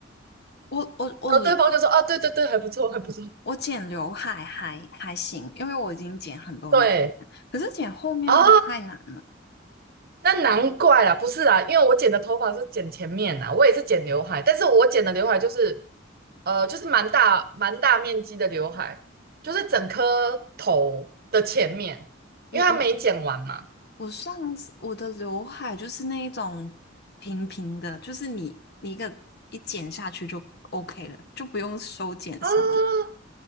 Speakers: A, on the left (about 55°); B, on the right (about 50°).
A: 我我我
B: 然后对方就说哦，对对对，还不错，还不错，
A: 我剪刘海还还行，因为我已经剪很多年了可是剪后面这个太难了。
B: 对啊，那难怪啦，不是啦，因为我剪的头发是剪前面啦，我也是剪刘海，但是我剪的刘海就是呃，就是蛮大蛮大面积的刘海，就是整颗头的前面，因为它没剪完嘛。
A: 我我我上次我的刘海就是那一种平平的，就是你你一个一剪下去就 OK 了，就不用修剪什么的
B: 啊，